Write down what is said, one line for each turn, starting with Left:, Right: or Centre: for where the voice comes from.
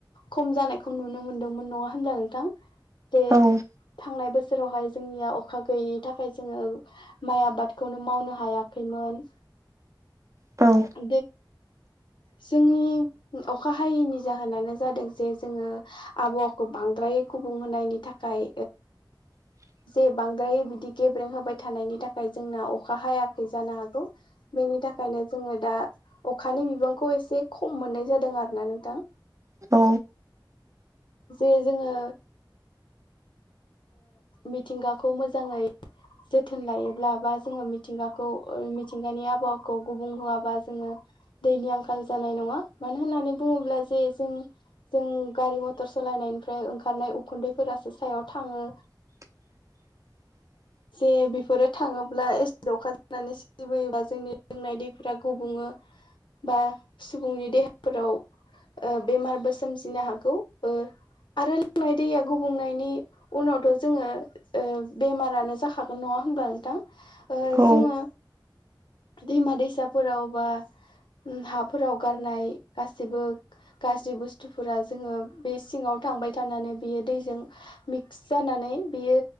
Left: खम जानायखौ नुनो मोनदोंमोन नङा होना नोंथां जे
Right: औ
Left: थांनाय बोसोर जेरावहाय जोंनिया अखा गैयैनि थाखाय जोङो माइ आबादखौनो मावनो हायाखैमोन
Right: औ
Left: आ जोंनि अखा हायैनि जाहोनानो जादों जे जोङो आबहावाखौ बांद्राय गुबुंहायनि थाखाय
Right: <inaudible>
Left: जे बांद्राय बिदि गेब्रें होबाय थानायनि थाखाय जोंना अखा हायाखै जानो हागौ बेनि थाखायनो जोङो दा अखानि बिबांखौ एसे खम मोननाय जादों आरोोना नोंथां
Right: औ
Left: जे जोङो मिथिंगाखौ मोजाङै जोथोन लायोब्ला बा जोङो मिथिंगाखौ मिथिंगानि आबहावाखौ गुबुं होआबा जोङो दैनि आंखाल जानाय नङा मानो होननानै बुङोब्ला जे जों जों गारि मथर सालायनायनिफ्राय ओंखारनाय उखुन्दैफोरासो सायाव थाङो
Right: <inaudible>
Left: जे बेफोरो थाङोब्ला एसिड अखा जानानै सिरिबोयोबा जोंनि लोंनाय दैफोरा गुबुङो बा सुबुंनि देहाफोराव ओ बेमारबो सोमजिनो हागौ ओ आरो लोंनाय दैया गुबुंनायनि उनावथ' जोङो ओ बेमारानो जाखागोन नङा होनब्ला नोंथां
Right: औ
Left: जोङो दैमा दैसाफोराव बो हाफोराव गारनाय गासिबो गाज्रि बुस्थुफोरा जोङो बे सिङाव थांबाय थानानै बियो दैजों मिक्स जानानै बियो